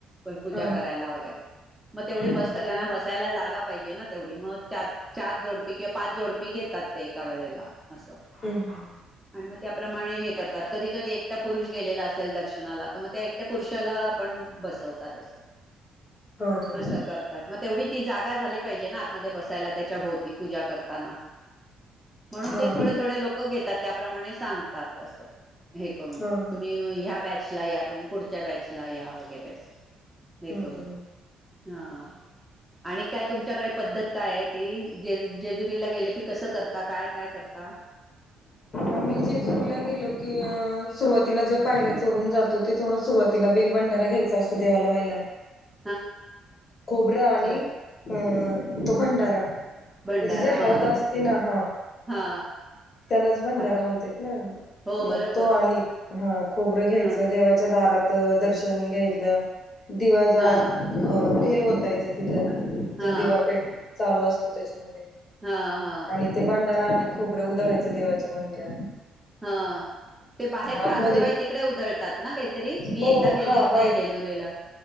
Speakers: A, in the centre; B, on the left.
A: पूजा
B: हा हा
A: करायला वगैरे मग तेवढी
B: हम्म
A: बसना बसायला जागा पाहिजे ना तेवढी मग चार चार जोडपी किंवा पाच जोडपी घेतात ते एका वेळेला असं.
B: हम् ह
A: आणि मग त्याप्रमाणे हे करतात कधी कधी एकटा पुरुष गेलेला असेल दर्शनाला तर मग त्या त्या पुरुषाला पण बसवतात असतं.
B: हा हा
A: असं करतात मग तेवढी ती जागा झाली पाहिजे ना आतमध्ये बसायला त्याच्या भोव ती पूजा करताना म्हणून
B: हा
A: ते
B: हा
A: थोडे थोडे लोक घेतात त्या प्रमाणे सांगतात अस हे करून
B: हा हा
A: तुम्ही या बॅट या तुम्ही पुढच्या बॅचला या वगैरे अस हे
B: हम्म
A: करून ह आणि काय तुमच्याकडे पद्धत काय आहे ती ज जेजुरीला गेलं की कसं करता काय काय करता? <unintelligible>
B: आम्ही जेजूरीला गेलो की सुरुवातीला जे पायऱ्या चडून जातो ते थोडं सुरवातला बेल भंडारा घेतो- सू देवाला व्हायला.
A: <unintelligible>
B: खोबरं आणि
A: ब
B: अं तो भंडारा म्हणजे
A: भंडारा
B: जे हळद
A: हा
B: असते ना हा
A: हा
B: त्यालाच भंडारा
A: हा
B: म्हणतेत ना.
A: हो बरोबर
B: मग तो आणि हा खोबरं घ्यायचं
A: हा
B: देवाच्या दारात दर्शन घ्यायलं दिवाजात
A: हा
B: तेल ओतायचं तिथ
A: हा
B: ज दिवापेठ चालू असतो त्याच्यामध्ये
A: हा हा
B: आणि ते भंडारा आणि खोबरं उधळायचं देवाच्या मंदिरात
A: हा ते बाहेर
B: आतमध्ये
A: कासव आहे तिकडे उधळतात ना काहीतरी मी
B: हो
A: एकदा गेले
B: हा
A: होते
B: बाहेर
A: जेजुरेला